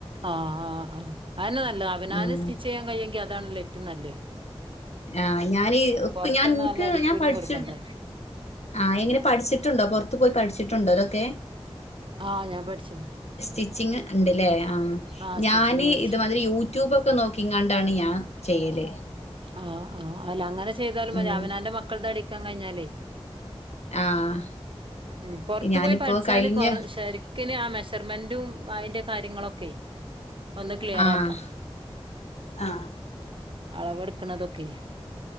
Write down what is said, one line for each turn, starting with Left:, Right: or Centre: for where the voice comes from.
Right: ആഹ് ആഹ് ആഹ് അതന്നെ നല്ലത് അവനാനെ
Left: ഉം
Right: സ്റ്റിച്ച് ചെയ്യാൻ കഴിയെങ്കിൽ അതാണല്ലോ ഏറ്റവും നല്ലേ
Left: ആഹ് ഞാനീ
Right: പൊറത്തന്നെ
Left: ഞാൻ എൻക്ക്
Right: നല്ല അടിക്കൂലിയും
Left: ഞാൻ പഠിച്ചി
Right: കൊടുക്കണ്ടേ.
Left: ആഹ് എങ്ങനെ പഠിച്ചിട്ടുണ്ടോ പുറത്തു പോയി പഠിച്ചിട്ടുണ്ടോ ഇതൊക്കെ
Right: ആഹ് ഞാൻ പഠിച്ച്ണ്
Left: സ്റ്റിച്ചിങ് ണ്ട് ലേ ആഹ്
Right: ആഹ്
Left: ഞാന്
Right: സ്റ്റിച്ചിങ് പഠിച്ചു.
Left: ഇത് മാതിരി യൂ യൂട്യൂബ് ഒക്കെ നോക്കിങ്ങാണ്ടാണ് ഞാൻ ചെയ്യല്
Right: ആഹ് ആഹ് അല്ല അങ്ങനെ ചെയ്താലും മതി
Left: ഉം
Right: അവനവന്റെ മക്കൾടെ അടിക്കാൻ കഴിഞ്ഞാലേ
Left: ആഹ്
Right: ഉം പുറത്തു
Left: ഞാനിപ്പോ
Right: പോയി പഠിച്ചാല്
Left: കഴിഞ്ഞ
Right: കൊറ ശരി ക്കെന്നെ മെഷർമെന്റും അയിന്റെകാര്യങ്ങളൊക്കെ വന്ന് ക്ലിയറാക്കാം
Left: ആഹ് ആ
Right: ഉം അളവ്ട്ക്കുന്നതൊക്കെ